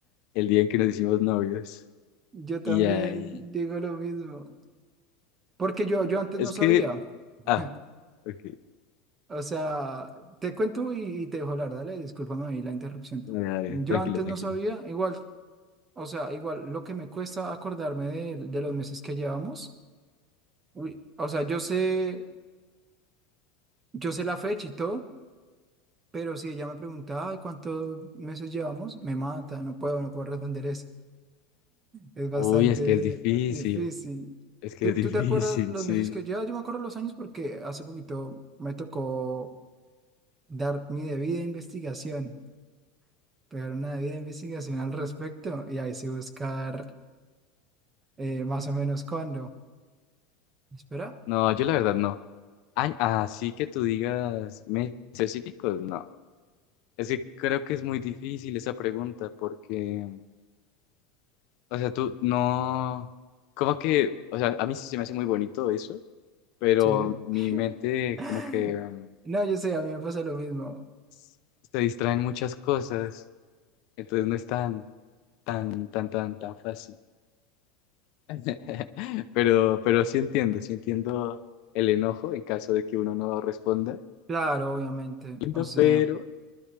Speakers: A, on the left; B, on the right.
A: el día en que nos hicimos novios.
B: yo también
A: Y ahí,
B: digo lo mismo, porque yo, yo antes
A: es
B: no sabía.
A: que,
B: <laughs>
A: ah, ok,
B: O sea, te cuento y, y te dejo hablar, dale, discúlpame ahí la interrupción.
A: dale, dale,
B: Yo
A: tranquilo,
B: antes
A: tranquilo.
B: no sabía, igual O sea, igual lo que me cuesta acordarme de, de los meses que llevamos. Uy, o sea, yo sé, yo sé la fecha y todo, pero si ella me pregunta, "Ay, ¿cuántos meses llevamos? Me mata, no puedo, no puedo responder eso. Es bastante
A: Uy, es que es difícil,
B: difícil.
A: es que
B: ¿Tú,
A: es difícil,
B: tú te acuerdas los
A: sí.
B: meses que llevas? Yo me acuerdo los años porque hace poquito me tocó dar mi debida investigación, pegar una debida investigación al respecto y ahí sí buscar eh, más o menos cuándo. Espera,
A: No, yo la verdad no. Ay, así que tú digas meses específicos, no. Es que creo que es muy difícil esa pregunta porque, o sea, tú no, como que, o sea, a mí sí se me hace muy bonito eso, pero
B: sí.
A: mi mente
B: <laughs>
A: como que um,
B: No, yo sé, a mí me pasa lo mismo.
A: se distraen muchas cosas, entonces no es tan, tan, tan, tan, tan fácil. <laughs> Pero, pero sí entiendo, sí entiendo el enojo en caso de que uno no responda.
B: Claro, obviamente.
A: Entiendo,
B: O sea,
A: Pero